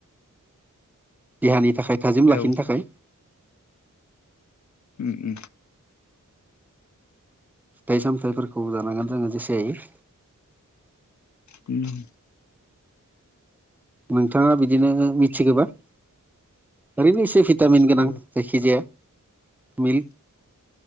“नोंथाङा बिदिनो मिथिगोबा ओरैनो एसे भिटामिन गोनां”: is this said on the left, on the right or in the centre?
Centre